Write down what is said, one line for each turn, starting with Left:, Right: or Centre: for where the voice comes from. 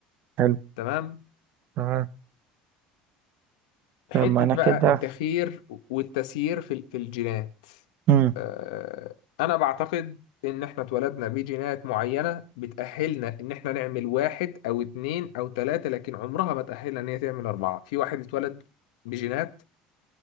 Right: حلو
Left: تمام
Right: تمام
Left: حته
Right: طب ما انا
Left: بقى
Right: كده
Left: التخيير والتسيير في ال- في الجينات
Right: امم
Left: آه، انا بعتقد ان احنا اتولدنا بجينات معينه بتاهلنا ان احنا نعمل واحد او اتنين او تلاته لكن عمرها ما تاهلنا ان هي تعمل اربعه في واحد اتولد بجينات